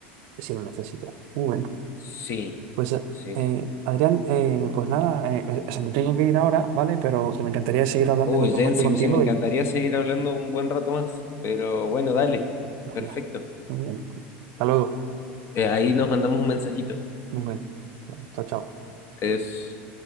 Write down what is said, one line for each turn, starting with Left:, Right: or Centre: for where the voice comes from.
Right: si lo necesitas. Muy bien.
Left: Sí,
Right: Pues
Left: sí,
Right: eh, Adrián, eh, pues nada, eh, eh, o sea, me tengo que ir ahora, ¿vale? Pero me encantaría seguir hablando
Left: Uy,
Right: en otro
Left: Jen,
Right: momento
Left: sí,
Right: contigo
Left: sí me encantaría
Right: y...
Left: seguir hablando un buen rato más, pero bueno, dale,
Right: Venga,
Left: perfecto.
Right: muy bien. Hasta luego.
Left: Eh, ahí nos mandamos un mensajito.
Right: Muy bien. Chao, chao.
Left: Es